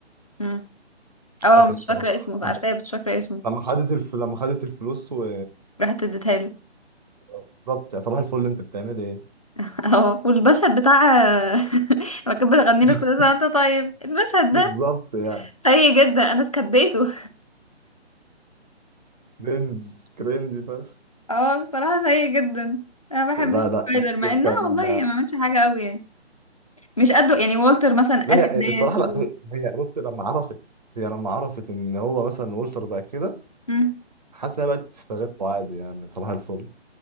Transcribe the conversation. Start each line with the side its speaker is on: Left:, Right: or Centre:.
Left: مم.
Right: مش
Left: اه
Right: فاكر
Left: مش
Right: الصراحة
Left: فاكرة اسمه
Right: لما
Left: عارفاه بس مش فاكرة اسمه
Right: لما خدت الف... لما خدت الفلوس و
Left: راحت اديتها له
Right: بالظبط يا صباح الفل انت بتعمل ايه
Left: <laughs> اه والمشهد بتاع <laughs> لما كانت بتغني
Right: <laughs>
Left: له كل سنة وانت طيب المشهد
Right: بالظبط
Left: ده
Right: يعني
Left: سيء جدا انا سكبيته
Right: كرنج كرنج فشخ
Left: <laughs> اه بصراحة سيء جدا انا ما بحبش
Right: لا
Left: التريلر
Right: لا
Left: مع
Right: ك-
Left: انها
Right: كان
Left: والله ما عملتش حاجة قوي يعني مش قده يعني والتر مثلا
Right: لا
Left: قاتل
Right: هي
Left: ناس
Right: الصراحة لا
Left: و...
Right: هي هي بص لما عرفت هي لما عرفت ان هو مثلا والتر بقى كده
Left: مم.
Right: حاسس انها بقت تستغله عادي يعني صباح الفل